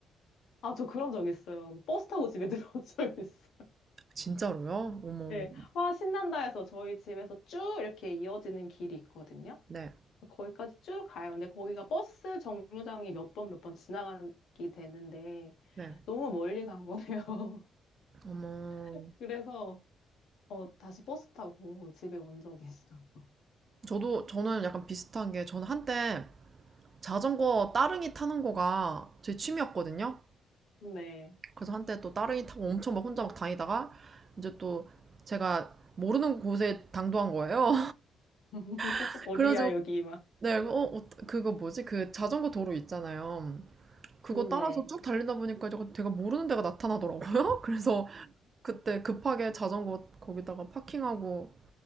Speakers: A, on the left; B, on the right.
A: 아, 저 그런 적 있어요. 버스 타고 집에 <laughs> 들어온 적 있어.
B: <laughs> 진짜로요? 어머.
A: 예. 와, 신난다 해서 저희 집에서 쭉 이렇게 이어지는 길이 있거든요.
B: 네,
A: 거기까지 쭉 가요. 근데 거기가 버스 정류장이 몇 번 몇 번 지나가게 되는데
B: 네.
A: 너무 멀리 간 거네요.
B: 어머.
A: <laughs> 그래서 어, 다시 버스 타고 집에 온 적이 있어요.
B: 저도 저는 약간 비슷한 게 저는 한때 자전거 따릉이 타는 거가 제 취미였거든요.
A: 음, 네.
B: 그래서 한때 또 따릉이 타고 엄청 막 혼자 막 다니다가 이제 또 제가 모르는 곳에 당도한 거예요.
A: <laughs>
B: <laughs>
A: 어디야
B: 그래가지고
A: 여기 막.
B: 네, 어, 어, 그거 뭐지? 그 자전거 도로 있잖아요. 그거
A: 네.
B: 따라서 쭉 달리다 보니까 제가, 제가 모르는 데가 나타나더라고요. <laughs> 그래서 그때 급하게 자전거 거기다가 파킹하고